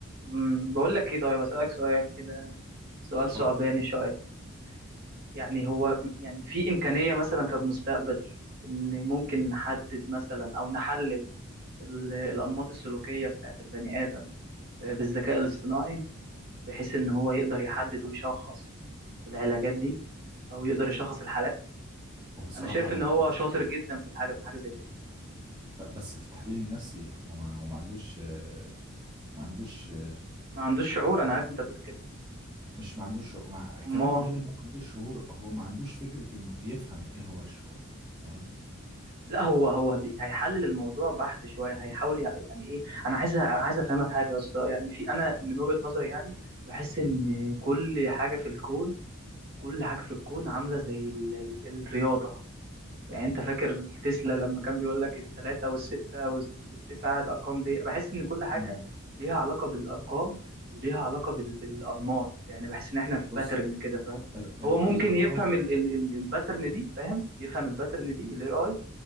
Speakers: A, on the right; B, on the right.
A: أمم، بقول لك إيه طيب أسألك سؤال كده سؤال
B: اتفضل
A: صعباني شوية يعني هو يعني في إمكانية مثلا في المستقبل إن ممكن
B: مم.
A: نحدد مثلا أو نحلل ال- الأنماط السلوكية بتاعت البني آدم بالذكاء الاصطناعي بحيث إن هو يقدر يحدد ويشخص العلاجات دي أو يقدر يشخص الحالات
B: وبصراحه
A: أنا شايف
B: انا
A: إن هو
B: انا
A: شاطر جدا في الحاجة في حاجة زي كده
B: بس في التحليل النفسي هو ما هو ما عندوش آه، ما عندوش
A: ما عندوش شعور أنا عارف أنت بتقول كده
B: مش ما عندوش شعور. مع...
A: أمال
B: كمان غير انه ما عندوش شعور هو ما عندوش فكرة انه يفهم ايه هو الشعور فاهم
A: لا هو هو بي- هيحلل الموضوع بحت شويه هيحاول يع- يعني ايه انا عايز انا عايز افهمك حاجه يا اسطى يعني في انا من وجهه نظري يعني بحس ان
B: امم
A: كل حاجه في الكون كل حاجه في الكون عامله زي ال ال الرياضه يعني
B: امم
A: انت فاكر تسلا لما كان بيقول لك الثلاثه والسته والس- والتسعه الارقام دي بحس ان كل حاجه
B: امم
A: ليها علاقه بالارقام وليها علاقه بال بالانماط يعني بحس ان احنا في
B: بص
A: باترن كده فاهم
B: ال... ال...
A: هو ممكن
B: الارقام
A: يفهم ال... ال... ال- الباترن دي فاهم يفهم الباترن دي الاي